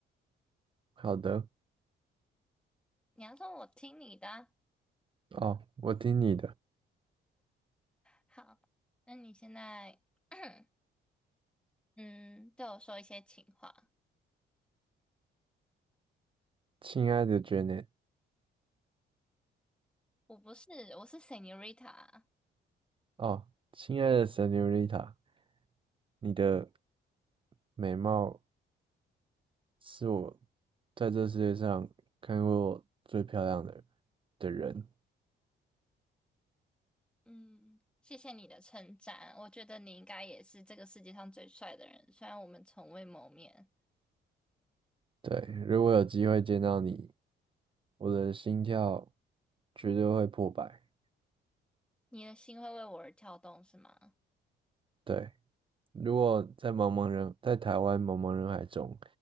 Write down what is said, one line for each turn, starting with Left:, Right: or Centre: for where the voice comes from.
Right: 好的。
Centre: 你要说我听你的啊
Right: 哦，我听你的，
Centre: 好，那你现在 <clears throat> 嗯对我说一些情话。
Right: 亲爱的 Janet，
Centre: 我不是，我是 Senorita。
Right: 哦，亲爱的 Senorita，你的美貌是我在这世界上看过最漂亮的的人。
Centre: 嗯，谢谢你的称赞，我觉得你应该也是这个世界上最帅的人，虽然我们从未谋面。
Right: 对，如果有机会见到你，我的心跳绝对会破百。
Centre: 你的心会为我而跳动，是吗？
Right: 对，如果在茫茫人，在台湾茫茫人海中，